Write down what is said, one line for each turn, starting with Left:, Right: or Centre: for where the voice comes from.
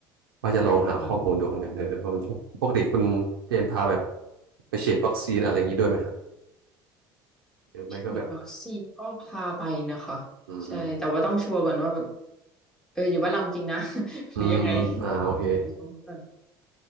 Right: ว่าจะลองหาข้อมูลดูเหมือนกันเออว่ามันต้องปกติคุณเจนพาแบบ
Centre: เป็นแบบ
Right: ไปฉีดวัคซีนอะไรอย่างนี้ด้วยไหมฮะหรือไม่ก็แบบ
Centre: ฉีดวัคซีนก็พาไปนะคะ
Right: อืม
Centre: ใช่แต่ว่าต้องชัวร์ก่อนว่าแบบเอออยู่บ้านเราจริงนะ <laughs>
Right: อืมอืมอ่าโอเค
Centre: หรือยังไง ต้องแบบ